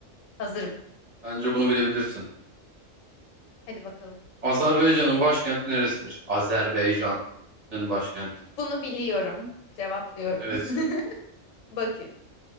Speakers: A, on the left; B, on the right.
A: Hazırım.
B: Bence bunu bilebilirsin.
A: Hadi bakalım.
B: Azerbaycan'ın başkenti neresidir? Azerbaycan'ın başkenti
A: Bunu biliyorum. Cevaplıyorum.
B: neresi?
A: <laughs> Bakü.